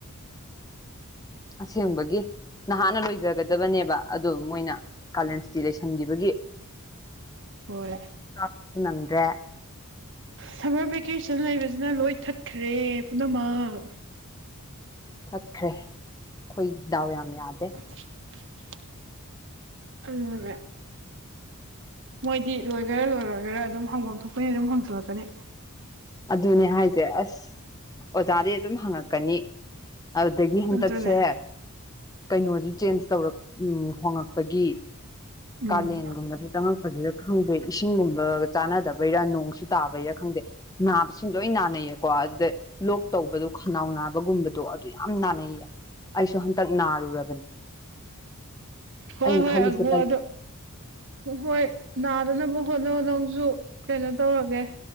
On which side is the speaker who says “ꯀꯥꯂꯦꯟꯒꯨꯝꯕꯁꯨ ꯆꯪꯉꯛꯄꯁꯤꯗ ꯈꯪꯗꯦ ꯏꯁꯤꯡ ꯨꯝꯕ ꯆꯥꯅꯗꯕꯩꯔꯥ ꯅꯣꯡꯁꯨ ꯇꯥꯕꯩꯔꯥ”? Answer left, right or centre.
Left